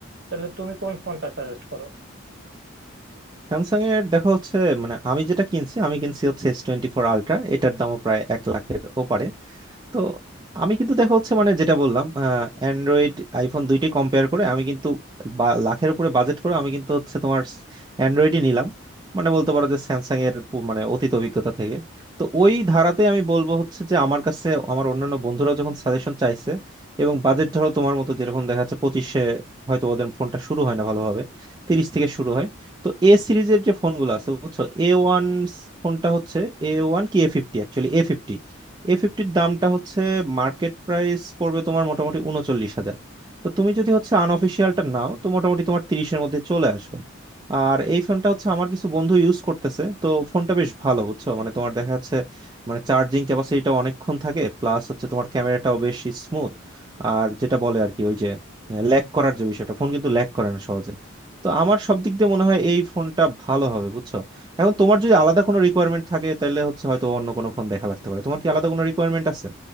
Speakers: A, on the right; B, on the right.
A: তাহলে তুমি কোন ফোনটা সাজেস্ট করো
B: স্যামসাং এর দেখা হচ্ছে মানে আমি যেটা কিনছি আমি কিনছি হচ্ছে এস টোয়েন্টি ফোর আলট্রা এটার দামও প্রায় এক লাখের ওপারে তো আমি কিন্তু দেখা হচ্ছে মানে যেটা বললাম অ্যান্ড্রয়েড আইফোন দুইটি কম্পেয়ার করে আমি কিন্তু বা- লাখের উপরে বাজেট করে আমি কিন্তু হচ্ছে তোমার অ্যান্ড্রয়েডই নিলাম মানে বলতে পারো যে স্যামসাং এর পু- মানে অতীত অভিজ্ঞতা থেকে তো ওই ধারাতে আমি বলবো হচ্ছে যে আমার কাছে আমার অন্যান্য বন্ধুরাও যখন সাজেশন চাইছে এবং বাজেট ধরো তোমার মতো যেরকম দেখা যাচ্ছে পঁচিশে হয়তো ওদের ফোনটা শুরু হয় না ভালোভাবে তিরিশ থেকে শুরু হয় তো এ সিরিজের যে ফোনগুলো আছে বুঝছো এ ওয়ান ফোনটা হচ্ছে এ ওয়ান কি এ ফিফটি অ্যাকচুয়ালি এ ফিফটি এ ফিফটির দামটা হচ্ছে মার্কেট প্রাইস পড়বে তোমার মোটামুটি উনচল্লিশ হাজার তো তুমি যদি হচ্ছে আনঅফিসিয়ালটা নাও তো মোটামুটি তোমার তিরিশের মধ্যে চলে আসবে আর এই ফোনটা হচ্ছে আমার কিছু বন্ধু ইউজ করতেছে তো ফোনটা বেশ ভালো বুঝছো মানে তোমার দেখা যাচ্ছে মানে চার্জিং ক্যাপাসিটিটা অনেকক্ষণ থাকে প্লাস হচ্ছে তোমার ক্যামেরাটাও বেশ স্মুথ আর যেটা বলে আর কি ওই যে ল্যাগ করার যে বিষয়টা ফোন কিন্তু ল্যাগ করে না সহজে তো আমার সব দিক দিয়ে মনে হয় এই ফোনটা ভালো হবে বুঝছো এখন তোমার যদি আলাদা কোনো রিকোয়ারমেন্ট থাকে তাহলে হচ্ছে হয়তো অন্য কোনো ফোন দেখা লাগতে পারে তোমার কি আলাদা কোনো রিকোয়ারমেন্ট আছে